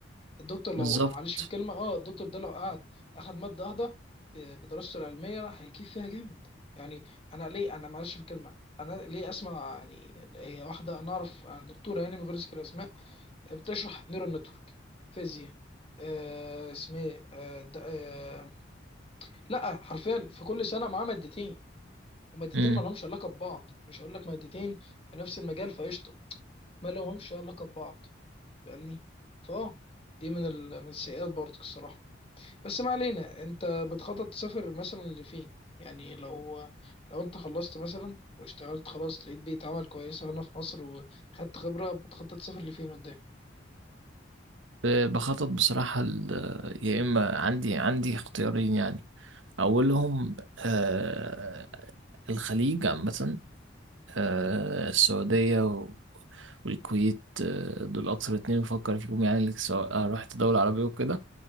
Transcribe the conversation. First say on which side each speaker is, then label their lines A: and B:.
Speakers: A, on the left; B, on the right.
A: الدكتور
B: بالظبط
A: لو آه، معلش في الكلمه اه الدكتور ده لو قعد اخد ماده واحده ب- بدراسته العلميه راح هيجيب فيها جامد يعني انا ليه انا معلش في الكلمه انا ليه اسمع يعني هي واحده انا اعرف عن دكتوره يعني من غير ذكر اسماء بتشرح نيورال نتورك فيزياء آه اسمها ايه آه د- آه لا حرفيا في كل سنه معاه مادتين ومادتين
B: امم
A: ما لهمش علاقه ببعض مش هقول لك مادتين في نفس المجال فقشطه ما لهمش علاقه ببعض فاهمني فاه دي من ال... من السيئات برضك الصراحه بس ما علينا انت بتخطط تسافر مثلا لفين يعني لو لو انت خلصت مثلا واشتغلت خلاص لقيت بيئة عمل كويسه هنا في مصر وخدت خبره بتخطط تسافر لفين قدام
B: ب- بخطط بصراحة ال- يا إما عندي عندي اختيارين يعني أولهم آه الخليج عامة آه السعودية و- والكويت آه دول أكثر اتنين بفكر فيهم يعني سواء رحت دولة عربية وكده